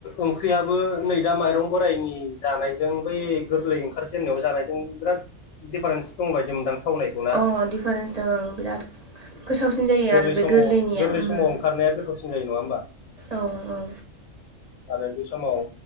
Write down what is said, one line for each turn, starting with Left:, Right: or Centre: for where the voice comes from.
Left: ओंख्रियाबो नै दा माइरं बोराइनि जानायजों बै गोरलै ओंखार जोमनायाव जानायजों बिराद दिडिफारेन्स दं बायदि मोनदां। थावनायखौ ना
Right: अ डिफारेन्स दं ओं बिराद गोथावसिन जायो
Left: गोरलै
Right: आरो बे
Left: समाव
Right: गोरलैनिया
Left: गोरलै
Right: ओम
Left: समाव ओंखारनाया गोथावसिन जायो नङा होमबा
Right: औ औ।
Left: आरो बे समाव